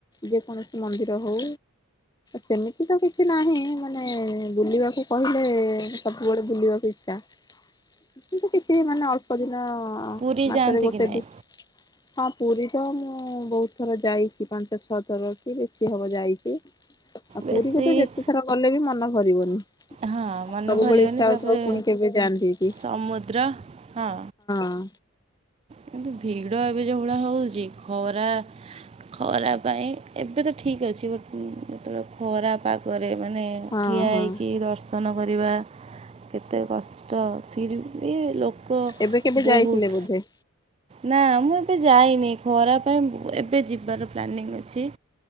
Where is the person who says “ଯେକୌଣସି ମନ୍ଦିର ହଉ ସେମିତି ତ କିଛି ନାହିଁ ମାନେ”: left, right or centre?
Left